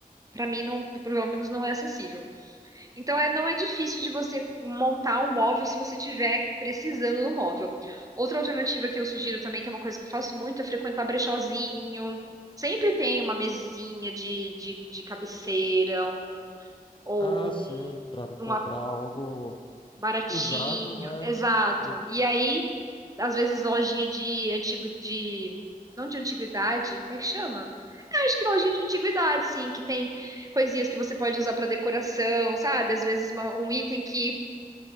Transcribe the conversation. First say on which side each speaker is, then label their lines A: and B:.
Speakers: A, on the right; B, on the left.
A: Pra mim não, pelo menos não é acessível. Então é, não é difícil de você montar um móvel se você tiver precisando do móvel. Outra alternativa que eu sugiro também, que é uma coisa que eu faço muito, é frequentar brechózinho. Sempre tem uma mesinha de, de, de cabeceira, um, ou
B: ah, sim, para
A: um
B: comprar algo
A: Baratinho,
B: usado, né?
A: exato.
B: De-
A: E aí, às vezes, lojinha de antigo de. Não de antiguidade, como é que chama? É, acho que lojinha de antiguidade, sim, que tem coisinhas que você pode usar para decoração, sabe? Às vezes uma- um item que